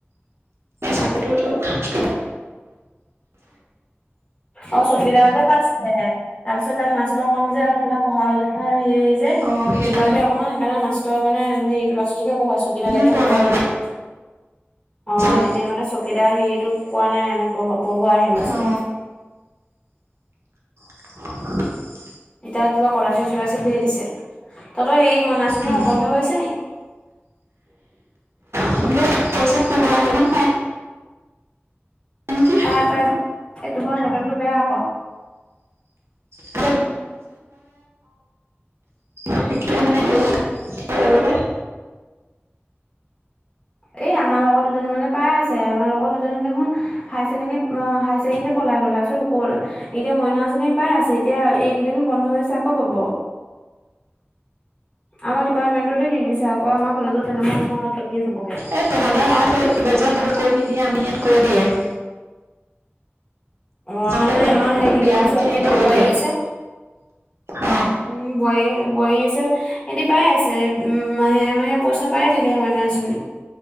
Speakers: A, on the right; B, on the left.
A: চাবি টো টোৰ
B: অ' ছব দোতে পাে তাৰ পিছত তাত মাষ্টৰ কম যে আৰু পঢ়া লিখা হেৰি যে
A: অ সেইটো
B: থকা যে অকণমান সেইকাৰণে মাষ্টৰ মানে হেৰি ল পঢ়াই চকীদাৰ
A: কাৰণেহে
B: দায়িত্ব
A: পঢ়াব
B: নলয় মানে
A: পাৰিছে
B: অ 'এনেই মানে চকীদাৰ সেটো পোৱা নাই এনে পঢ পঢ়ুৱ আহে ল'ৰা ছোৱালীক
A: অ <inaudible>
B: এতিয়া কিবা কলাচল চলাইচ বুলিহে দিছে তহতই সৰি মনাচনী
A: উম
B: বন্ধ হৈ আছে নেক
A: <inaudible> নেকি
B: পাই পাই এইটোো বাৰ নেটৱৰ্কটো বেয়া আকৌ।
A: <inaudible> সেই কেইটা মানে হে
B: এই আমাৰ লগত দুজনী মানে পাই আছে আমাৰ লগত দুজনী দেখোন হাই ছেকেণ্ডী পলাই গল তাৰপিছত এতিয়া মইনা আঁচনি পাই আছে এতিয়া এইকেইদিন বন্ধ হৈছে আকৌ পাব আমাৰ ডিপাৰ্টমেণ্টতে দি দিছে আকৌ আমাৰ কলেজত তেনেকুৱা নহয় দি দিয়ে
A: এ তহঁতৰ আলেজৰ ভাল কৰি নিদিয়ে আমি ইয়াত কৰি দিয়ে।
B: অ'
A: সিহঁতক
B: আমাৰ নাই
A: তেনেকুৱা
B: আমাৰ
A: কোন
B: সেই দুজনী
A: বিয়া পাতি
B: চব
A: সিহঁতি
B: কেইমান
A: কৈ
B: বী
A: দিয়ে
B: আছে
A: অ
B: উম, বৌআয়ে বোৱাৰী আছে, সিহঁতি পাই আছে, উম, মাহে মাহে পইচা পায়ে থাকে মইনা আচনী।